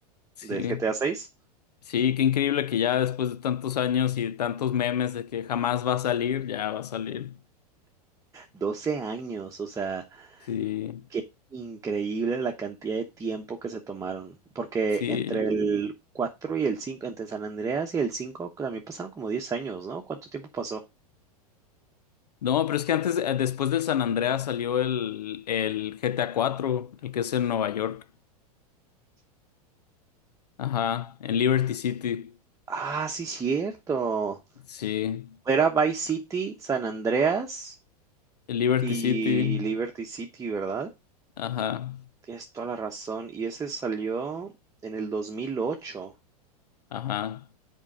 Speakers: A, on the left (about 80°); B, on the right (about 15°).
A: Sí,
B: del GTA 6?
A: sí, qué increíble que ya después de tantos años y de tantos memes de que jamás va a salir, ya va a salir.
B: Doce años, o sea,
A: Sí,
B: qué increíble la cantidad de tiempo que se tomaron, porque
A: sí.
B: entre el 4 y el 5, entre San Andreas y el 5, también pasaron como 10 años, ¿no? ¿Cuánto tiempo pasó?
A: No, pero es que antes, eh, después del San Andreas salió el, el GTA cuatro, el que es en Nueva York. Ajá, en Liberty City.
B: Ah, sí, cierto.
A: Sí,
B: Era Vice City, San Andreas
A: en Liberty
B: y
A: City.
B: Liberty City, ¿verdad?
A: Ajá,
B: Tienes toda la razón. Y ese salió en el 2008.
A: ajá.